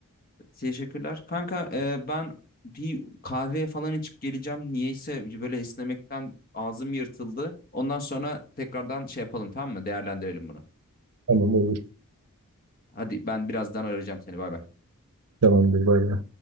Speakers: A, on the left; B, on the right.
A: Teşekkürler. Kanka e, ben bir kahve falan içip geleceğim. Niyeyse böyle esnemekten ağzım yırtıldı. Ondan sonra tekrardan şey yapalım tamam mı? Değerlendirelim bunu.
B: Tamam olur.
A: Hadi ben birazdan arayacağım seni. Bay bay.
B: Tamamdır bay bay.